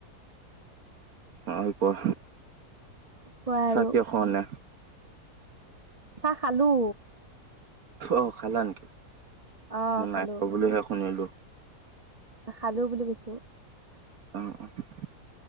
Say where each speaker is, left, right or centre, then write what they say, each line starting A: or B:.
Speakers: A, on the right; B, on the right.
A: অ', কোৱা
B: কোৱা
A: চাহ
B: আৰু
A: কিয় খোৱা নাই
B: চাহ খালো
A: অ', খালা নেকি
B: অ
A: মই
B: খালো
A: নাই খোৱা বুলিহে শুনিলো
B: খালো বুলি কৈছো
A: অ',